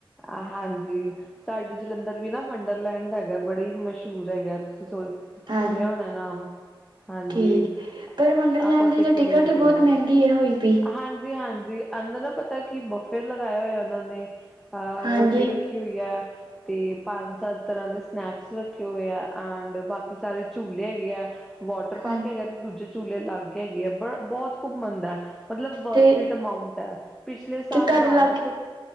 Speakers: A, in the centre; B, on the right.
A: ਆ ਹਾਂਜੀ ਸਾਡੇ ਜਲੰਧਰ ਵੀ ਨਾ ਵੰਡਰਲੈਂਡ ਹੈਗਾ ਬੜੇ ਹੀ ਮਸ਼ਹੂਰ ਹੈਗਾ, ਤੁਸੀਂ ਸੋਚ
B: ਹਾਂਜੀ
A: ਸੁਣਿਆ ਹੋਣਾ ਨਾਮ ਹਾਂਜੀ,
B: ਠੀਕ ਪਰ ਵੰਡਰਲੈਂਡ
A: ਆਪਾਂ ਉੱਥੇ
B: ਦੀ ਤਾਂ
A: ਕਿੰਨੀ
B: ਟਿਕਟ
A: ਵਾਰੀ
B: ਹੀ ਬਹੁਤ
A: ਗਏ ਹਾਂ,
B: ਮਹਿੰਗੀ ਹੈ ਹੋਈ ਪਈ
A: ਹਾਂਜੀ ਜੀ ਹਾਂਜੀ, ਅੰਦਰ ਨਾ ਪਤਾ ਕਿ ਬਫ਼ੇ ਲਗਾਇਆ ਹੋਇਆ ਉਹਨਾਂ ਨੇ ਅਹ
B: ਹਾਂਜੀ
A: ਰੋਟੀ ਰੱਖੀ ਕੀ ਹੋਈਆ ਤੇ ਪੰਜ-ਸੱਤ ਤਰ੍ਹਾਂ ਦੇ ਸਨੈਕਸ ਰੱਖੇ ਹੋਏ ਹੈ ਐਂਡ ਬਾਕੀ ਸਾਰੇ ਝੂਲੇ ਹੈਗੇ ਹੈ ਵਾਟਰ
B: ਹਾਂਜੀ
A: ਪਾਰਕ ਹੈਗਾ ਤੇ ਦੂਜੇ ਝੂਲੇ ਲਾਗੇ ਹੈਗੇ ਹੈ ਬ ਬਹੁਤ ਘੁੰਮਣਦਾ ਹੈ ਮਤਲਬ ਵਰਥ
B: ਤੇ
A: ਇਟ ਅਮਾਊਂਟ ਹੈ ਪਿਛਲੇ
B: ਤੇ
A: ਸਾਲ
B: ਤੁਹਾਡੇ
A: ਬਾਰਾਂ
B: ਲਾਗੇ
A: ਸੌ